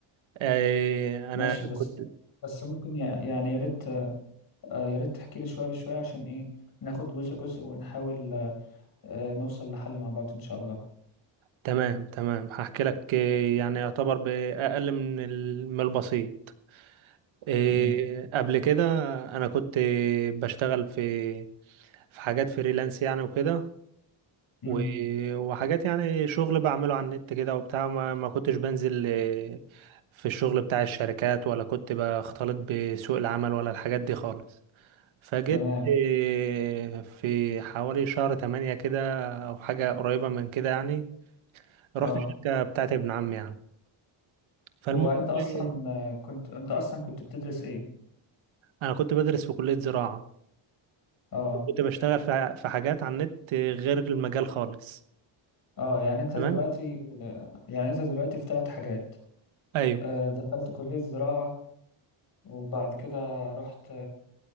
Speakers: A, on the right; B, on the left.
A: آه،
B: ماشي
A: انا
B: بس
A: كنت
B: بس ممكن يع- يعني يا ريت آه، يا ريت تحكي لي شوية بشوية عشان ايه ناخد جزء جزء ونحاول آه، آه، نوصل لحل مع بعض ان شاء الله
A: تمام تمام هحكي لك آه، يعني يعتبر باقل من ال- من البسيط آه،
B: تمام
A: قبل كده انا كنت آه، بشتغل في في حاجات فريلانس يعني وكده
B: امم
A: و- وحاجات يعني شغل بعمله على النت كده وبتاع ما ما كنتش بنزل آه، في الشغل بتاع الشركات ولا كنت بختلط بسوق العمل ولا الحاجات دي خالص فجيت
B: تمام
A: إيه، في حوالي شهر تمانية كده أو حاجة قريبة من كده يعني رحت
B: اه
A: شركة بتاعت ابن عمي يعني فالمهم
B: هو انت اصلا
A: إيه،
B: آه، كنت انت اصلا كنت بتدرس ايه
A: أنا كنت بدرس في كلية زراعة
B: اه
A: كنت بشتغل في في حاجات على النت آه، غير المجال خالص
B: اه يعني انت
A: تمام
B: دلوقتي يعني انت دلوقتي في ثلاث حاجات
A: أيوه
B: آه، دخلت كلية زراعة وبعد كده رحت